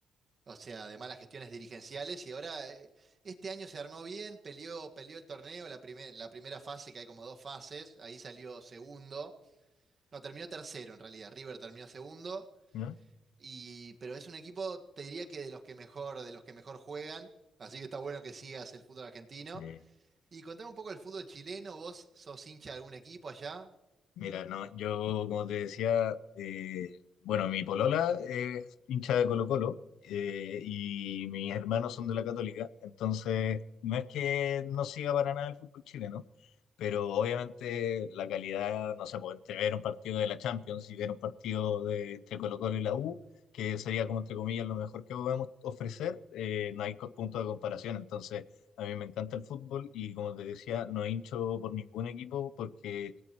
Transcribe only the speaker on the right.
O sea, de malas gestiones dirigenciales y ahora eh, este año se armó bien, peleó, peleó el torneo, la primer- la primera fase, que hay como dos fases, ahí salió segundo, no, terminó tercero en realidad, River terminó segundo,
y, pero es un equipo, te diría que de los que mejor, de los que mejor juegan, así que está bueno que sigas el fútbol argentino.
Y contame un poco el fútbol chileno, vos sos hincha de algún equipo allá.